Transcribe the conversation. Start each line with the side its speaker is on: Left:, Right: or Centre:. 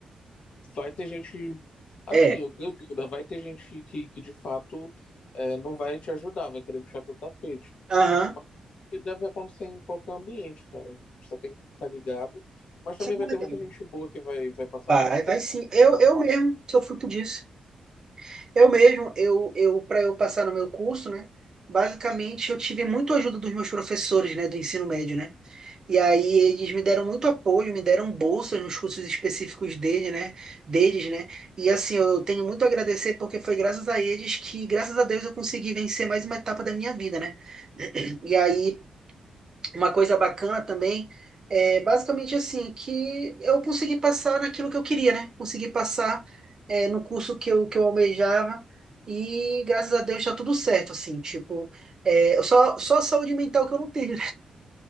Left: vai ter gente. Assim,
Right: É,
Left: o que eu digo, né? Vai ter gente que, que de fato é, não vai te ajudar, vai querer puxar teu tapete.
Right: aham.
Left: Mas isso deve acontecer em qualquer ambiente, cara. A gente só tem que estar ligado. Mas também
Right: Isso é verdade.
Left: vai ter muita gente boa que vai, vai passar
Right: Vai,
Left: no nosso
Right: vai
Left: caminho.
Right: sim. Eu,
Left: tá?
Right: eu mesmo sou fruto disso. Eu mesmo, eu, eu, para eu passar no meu curso, né? Basicamente, eu tive muito ajuda dos meus professores, né, do ensino médio, né? E aí eles me deram muito apoio, me deram bolsas nos cursos específicos dele, né? Deles, né? E assim, eu tenho muito a agradecer porque foi graças a eles que, graças a Deus, eu consegui vencer mais uma etapa da minha vida, né? <clears throat> E aí, Uma coisa bacana também é basicamente assim, que eu consegui passar naquilo que eu queria, né? Consegui passar é, no curso que eu, que eu almejava e graças a Deus tá tudo certo, assim, tipo, é, só, só a saúde mental que eu não tenho,